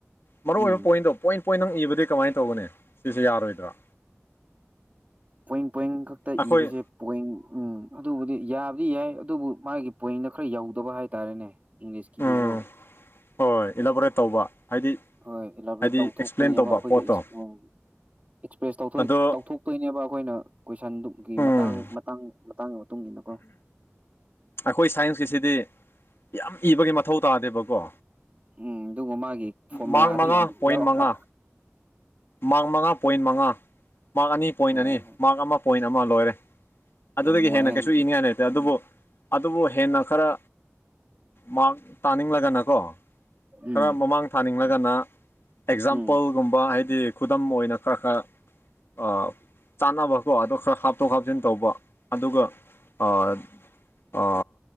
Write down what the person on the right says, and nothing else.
ꯎꯝ
ꯄꯣꯏꯞ ꯄꯣꯏꯟ ꯈꯛꯇ
ꯏꯕꯁꯦ ꯄꯣꯏꯟ ꯎꯝ ꯑꯗꯨꯕꯨꯗꯤ ꯌꯥꯕꯗꯤ ꯌꯥꯏ ꯑꯗꯨꯕꯨ ꯃꯥꯒꯤ ꯄꯣꯏꯟꯗꯣ ꯈꯔ ꯌꯧꯗꯕ ꯍꯥꯏꯇꯥꯔꯦꯅꯦ ꯏꯪꯂꯤꯁꯀꯤꯗꯤꯀꯣ
ꯍꯣꯏ ꯑꯦꯂꯥꯕꯣꯔꯦꯠ
ꯇꯧꯊꯣꯛꯄꯩꯅꯦꯕ
ꯑꯩꯈꯣꯏꯒꯤ
ꯑꯦꯛꯄꯝ ꯑꯦꯛꯁꯄ꯭ꯔꯦꯁ ꯇꯧꯊꯣꯢ
ꯇꯧꯊꯣꯛ ꯇꯣꯏꯅꯦꯕ ꯑꯩꯈꯣꯏꯅ ꯀꯣꯏꯁꯟꯗꯨꯒꯤ
ꯃꯇꯥꯡ ꯃꯇꯥꯡ ꯃꯇꯥꯡ ꯃꯇꯨꯡ ꯏꯟꯅ ꯀꯣ
ꯎꯝ ꯑꯗꯨꯒ ꯃꯥꯒꯤ ꯐꯣꯔꯃꯨꯂꯥꯗ
ꯌꯥꯝ
ꯌꯥꯎꯔꯛꯄ
ꯌꯥꯏꯌꯦ
ꯌꯥꯝ ꯅꯨꯡꯉꯥꯏꯌꯦ
ꯑꯗꯨꯗꯤ
ꯎꯝ
ꯎꯝ